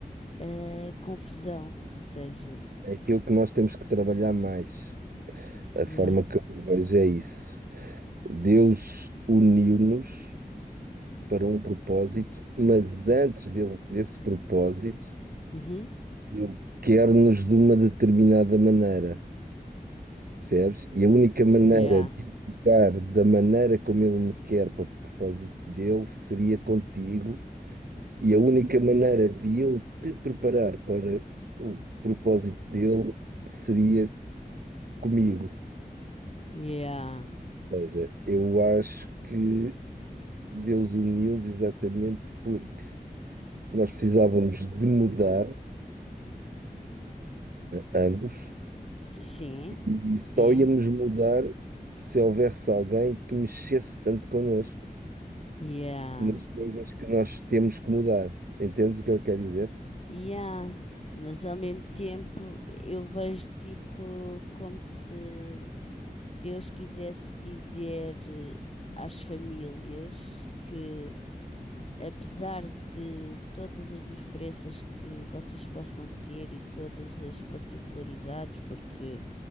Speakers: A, on the left; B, on the right.
A: ah, confusão. Ou seja,
B: É aquilo que nós temos que trabalhar mais. A
A: yeah,
B: forma que eu vejo é isso. Deus uniu-nos para um propósito, mas antes dele- desse propósito.
A: uhum,
B: Ele quer-nos de uma determinada maneira, percebes? E a única maneira
A: yeah,
B: de eu ficar da maneira como ele me quer para o propósito dele seria contigo, e a única maneira de ele te preparar para o propósito dele seria comigo.
A: yeah,
B: Ou seja, eu acho que Deus uniu-nos exatamente porque nós precisávamos de mudar ambos
A: sim,
B: E só
A: sim,
B: íamos mudar se houvesse alguém que mexesse tanto connosco
A: yeah,
B: nas coisas que nós temos que mudar. Entendes o que eu quero dizer?
A: yeah. Mas ao mesmo tempo eu vejo tipo como se Deus quisesse dizer eh, às famílias que apesar de todas as diferenças que vocês possam ter e todas as particularidades, porque